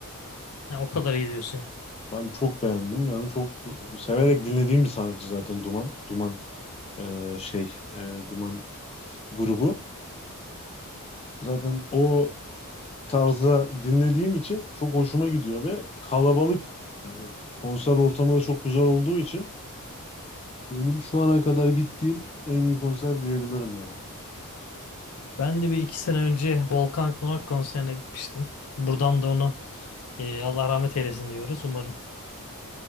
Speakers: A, on the left; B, on the left.
A: Ya o kadar iyi diyorsun yani.
B: Ben çok beğendim. Yani çok severek dinlediğim bir sanatçı zaten Duman. Duman e, şey e, Duman grubu. Zaten o tarzda dinlediğim için çok hoşuma gidiyor ve kalabalık yani konser ortamı da çok güzel olduğu için Benim şu ana kadar gittiğim en iyi konser diyebilirim yani.
A: Ben de bir iki sene önce Volkan Konak konserine gitmiştim. Buradan da onu e, Allah rahmet eylesin diyoruz. Umarım